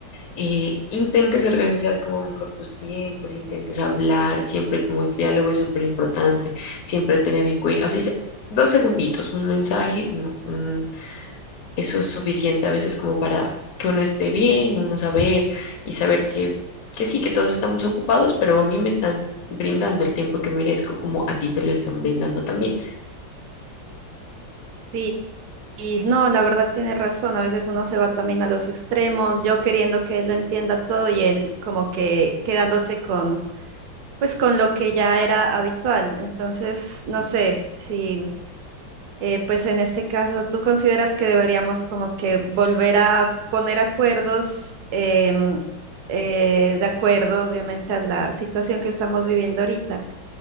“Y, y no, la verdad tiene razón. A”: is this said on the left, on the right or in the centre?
Right